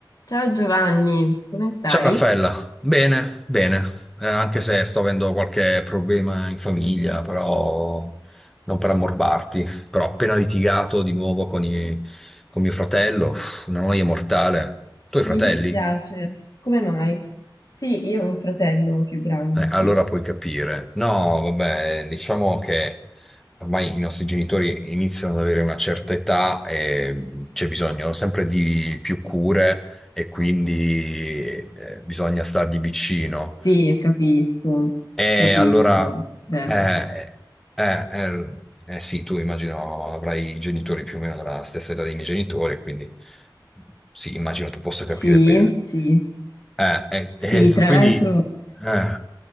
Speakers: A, on the left (about 50°); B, in the centre.
A: Ciao Giovanni, come stai?
B: Ciao Raffaella, bene, bene, Eh, anche se sto avendo qualche problema in famiglia, però non per ammorbarti, però ho appena litigato di nuovo con, i- con mio fratello, uff, una noia mortale. Tu hai fratelli?
A: Mi dispiace, come mai? Sì, io ho un fratello più grande,
B: Eh,
A: sì.
B: allora puoi capire. No, vabbè, diciamo che ormai i nostri genitori iniziano ad avere una certa età e c'è bisogno sempre di più cure e quindi eh, bisogna stargli vicino.
A: Sì, capisco,
B: E
A: capisco,
B: allora,
A: beh,
B: eh,
A: capisco.
B: eh, eh, eh, eh, sì, tu immagino avrai i genitori più o meno della stessa età dei miei genitori, e quindi sì, immagino tu possa capire
A: Sì,
B: bene.
A: sì,
B: Eh, eh,
A: sì,
B: eh, s-
A: tra
B: quindi,
A: l'altro,
B: eh,